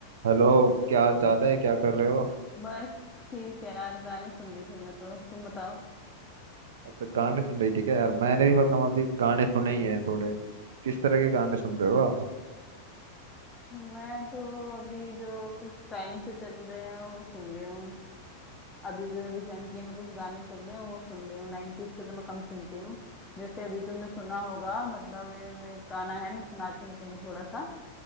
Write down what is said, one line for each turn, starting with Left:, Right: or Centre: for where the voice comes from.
Right: Hello क्या हाल चाल है क्या कर रहे हो
Left: बस ठीक है यार गाने सुन रही थी मैं तो तुम बताओ
Right: अच्छा गाने सुन रही थी क्या यार मैंने भी मतलब अभी गाने सुने ही हैं थोड़े किस तरह के गाने सुन रहे हो आप
Left: मैं तो अभी जो कुछ टाइम से चल रहे हैं वो सुन रही हूँ अभी जो रिसेंटली में कुछ गाने चल रहे हैं वो सुन रही हूँ 90s के तो मैं कम सुनती हूँ जैसे अभी तुमने सुना होगा मतलब ये मैं गाना है मैं सुनाती हूँ तुम्हें थोड़ा सा